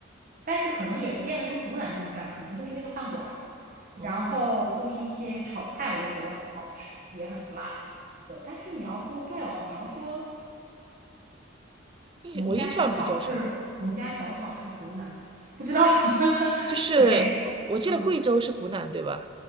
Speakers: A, on the right; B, on the right.
A: 但是可能也不见得是湖南这么干，可能就是那个饭馆儿，
B: 嗯，
A: 然后就是一些炒菜，我就觉得很好吃，也很辣。对，但是你要说对哦，你要说
B: 印我印象比较深，
A: 农家小炒是农家小炒是湖南的，
B: 嗯，
A: 不知道。<laughs>
B: 就是呃我记得贵州是湖南对吧？
A: 对，嗯，